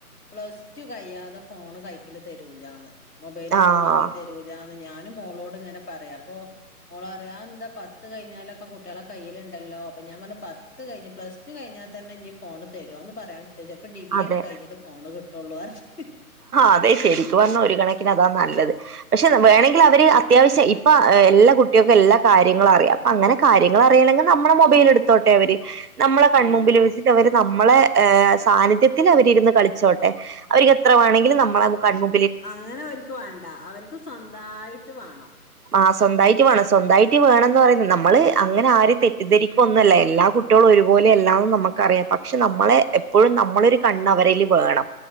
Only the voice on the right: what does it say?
ആഹ്
അതെ
അതെ ശരിക്ക് പർഞ്ഞാ ഒരു കണക്കിന് അതാ നല്ലത്. പക്ഷെ വേണങ്കിൽ അവര് അത്യാവശ്യം ഇപ്പ എല്ലാ കുട്ട്യോക്കും എല്ലാ കാര്യങ്ങളും അറിയാം. അങ്ങനെ കാര്യങ്ങള് അറിയണെങ്കി നമ്മളെ മൊബൈല് എടുത്തോട്ടെ അവര്. നമ്മളെ കൺമുമ്പിൽ
വെച്ചിട്ട് അവര് നമ്മളെ ഏഹ് സാന്നിധ്യത്തിൽ അവരിര്ന്ന് കളിച്ചോട്ടെ അവർകെ എത്രവേണെങ്കിലും നമ്മളെ കണ്മു
ആഹ് സ്വന്തായിട്ട് വേണം സ്വന്തായിട്ട് വേണന്ന് പറയുന്ന് നമ്മള് അങ്ങനെ ആരെ തെറ്റിദ്ധരിക്കൊന്നും അല്ല എല്ലാ കുട്ട് ട്ട്യോൾ ഒരുപോലെയല്ലാന്ന് നമുക്കറിയാംപക്ഷെ നമ്മളെ എപ്പോഴും നമ്മളൊരു കണ്ണ് അവരേൽ വേണം.